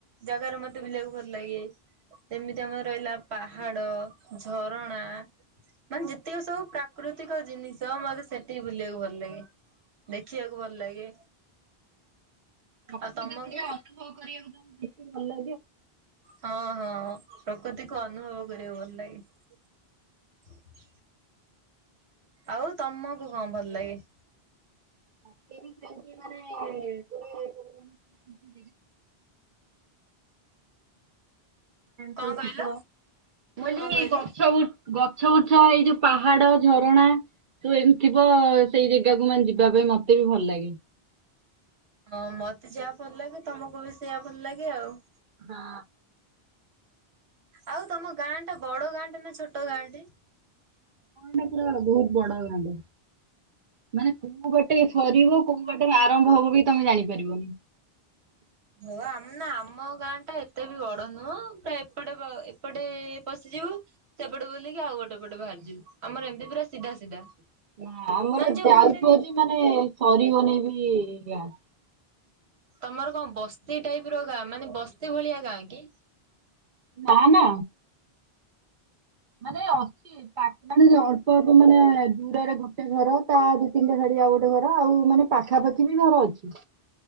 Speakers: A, on the right; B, on the right.
A: ଜାଗାରେ ମତେ ବୁଲିବାକୁ ଭଲ ଲାଗେ, ଯେମିତି ଆମର ରହିଲା ପାହାଡ, ଝରଣା ମାନେ ଯେତିକ ସବୁ ପ୍ରାକୃତିକ ଜିନି ଷ ମତେ ସେଟିକି ବୁଲିବାକୁ ଭଲ ଲାଗେ, ଦେଖିବାକୁ ଭଲ ଲାଗେ।
B: ପ୍ରକୃତି
A: ଆଉ ତମକୁ?
B: କୁ ଟିକିଏ ଅନୁଭବ କରିବାକୁ ତମକୁ ବେଶି ଭଲ ଲା
A: ହଁ- ହଁ ପ୍ର କୃତିକୁ ଅନୁଭବ କରିବାକୁ ଭଲ ଲାଗେ। ଆଉ ତମକୁ କଣ ଭଲ ଲାଗେ?
B: ମତେ ବି ସେମିତି ମାନେ <unintelligible> <unintelligible> ମାନେ
A: କଣ
B: ଯୋଉଠି
A: କହିଲ
B: ଗଛ ବୁଛ ଥିବ <unintelligible> ମୁଁ କହିଲି
A: କଣ କହିଲ?
B: ଗଛ ବୃ ଗଛ ବୁଛ ଏଇ ଯୋଉ ପାହାଡ ଝରଣା ସବୁ ଏମିତିଥିବ, ସେଇ ଜାଗାକୁ ମାନେ ଯିବା ଯିବା ପାଇଁ ମତେ ବି ଭଲ ଲାଗେ।
A: ହଁ ମତେ ଯାହା ଭଲ ଲାଗେ, ତମକୁ ବି ସେଇଆ ଭଲ ଲାଗେ ଆଉ।
B: ହଁ।
A: ଆଉ ତମ ଗାଁଟା ବଡ ଗାଁଟେ ନା ଛୋଟ ଗାଁ ଟି?
B: ଗାଁଟା ପୁରା ବହୁତ ବଡ ଗାଁ ଟା। ମାନେ କୋଉ ବାଟେ ସରିବ କୋଉ ବାଟେ ଆରମ୍ଭ ହବ ବି ତମେ ଜାଣିପାରିବନି।
A: ହ ହ ଆମ ନା ଆମ ଗାଁ ଟା ଏତେ ବି ବଡ ନୁହଁ ତା ଏପଟେ ଏପଟେ ପଶି ଯିବୁ ସେପଟେ ବୁଲିକି ଆଉ ଗୋଟେ ପଟେ ବାହାରିଯିବୁ, ଆମର ଏମିତି ପୁରା ସିଧା ସିଧା।
B: ନା ଆମର
A: ମାନେ ଯୋଉ
B: ଯାଉଛୁ
A: କୁହନ୍ତିନି
B: ଯଦି ମାନେ ସରିବନେଇ ବି ଗାଁ।
A: ତମର କଣ ବସ୍ତି ଟାଇପର ଗାଁ, ମାନେ ବସ୍ତି ଭଳିଆ ଗାଁ କି?
B: ନାଁ - ନାଁ। ମାନେ ଅଛି ପା ମାନ ଅଳ୍ପ ଅଳ୍ପ ମାନେ ଦୂରରେ ଘ୍ ଗୋଟେ ଘର ତା ଦି ତିନିଟା ଛାଡ଼ି ଆଉ ଗୋଟେ ଘର ଆଉ ମାନେ ପାଖାପାଖି ବି ଘର ଅଛି।